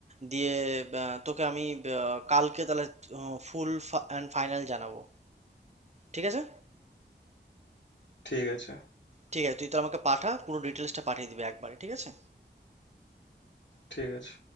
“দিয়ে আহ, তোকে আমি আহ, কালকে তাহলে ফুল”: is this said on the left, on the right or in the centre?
Right